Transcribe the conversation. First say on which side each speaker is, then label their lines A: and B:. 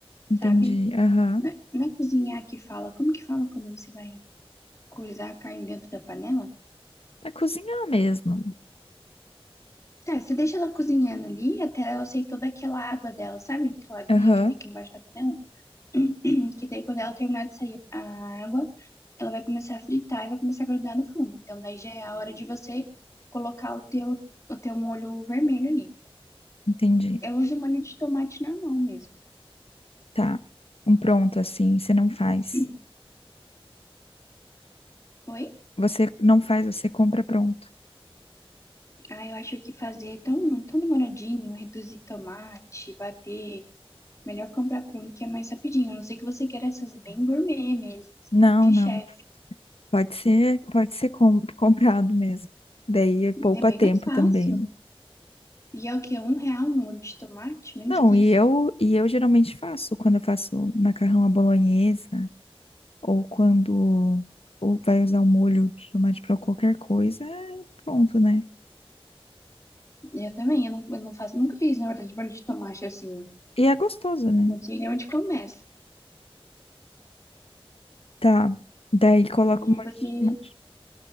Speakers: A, on the left; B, on the left.
A: entendi.
B: sabe?
A: Aham.
B: Não é, não é cozinhar que fala. Como que fala quando você vai coisar a carne dentro da panela?
A: É cozinhar mesmo.
B: É, você deixa ela cozinhando ali até ela sair toda aquela água dela, sabe? Aquela aguinha
A: Aham,
B: que fica embaixo da panela. <clears throat> Que daí quando ela terminar de sair a água, ela vai começar a fritar e vai começar a grudar no fundo. Então daí já é a hora de você colocar o teu, o teu molho vermelho ali.
A: Entendi.
B: Eu uso molho de tomate normal mesmo.
A: Tá. Um pronto assim, você não faz.
B: <clears throat> Oi?
A: Você não faz, você compra pronto.
B: Ah, eu acho que fazer tão, tão demoradinho, reduzir tomate, bater, melhor comprar pronto que é mais rapidinho. A não ser que você queira essas bem gourmet mesmo, assim,
A: Não,
B: bem de
A: não.
B: chefe.
A: Pode ser, pode ser com- <laughs> comprado mesmo. Daí poupa
B: É bem
A: tempo
B: mais fácil.
A: também, né?
B: E é o quê? Um real um molho de tomate? Menos
A: Não,
B: que
A: e
B: isso.
A: eu, e eu geralmente faço quando eu faço macarrão à bolonhesa ou quando ou vai usar o molho de tomate para qualquer coisa, é pronto, né?
B: Eu também, eu não, eu não faço, nunca fiz, na verdade, molho de tomate assim.
A: E é gostoso, né?
B: Não sei nem onde começa.
A: Tá. Daí coloca
B: E
A: o molho
B: você,
A: de tomate.